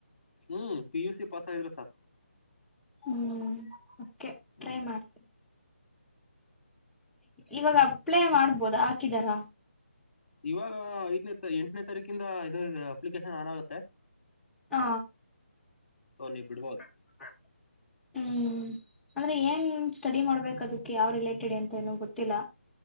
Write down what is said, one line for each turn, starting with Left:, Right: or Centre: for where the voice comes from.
Left: ಹ್ಮ್ ಪಿ ಯು ಸಿ ಪಾಸ್ ಆದರೆ ಸಾಕ
Centre: ಹ್ಮ್ ಓಕೆ
Left: ಹ್ಮ
Centre: ಟ್ರೈ ಮಾಡ್ತೀನಿ ಇವಾಗ ಅಪ್ಲೈ ಮಾಡ್ಬೋದ ಹಾಕಿದಾರಾ
Left: ಇವಾಗ ಐದನೇ ಎಂಟನೇ ತಾರೀಕಿಂದ ಏನ್ ಅಪ್ಲಿಕೇಶನ್. ಆನ್ಗುತ್ತೆ.
Centre: ಹ
Left: ಸೊ ನೀವು ಬಿಡ್ಬೋದು.
Centre: ಹ ಹು ಅಂದ್ರೆ ಏನ್ ಸ್ಟಡಿ ಮಾಡ್ಬೇಕ ಅದಕ್ಕೆ ಯಾವ್ ರಿಲೇಟ್. ಸ್ಟಡಿ ಅಂತ ಏನ ನಂಗ ಗೊತ್ತಿಲ್ಲ.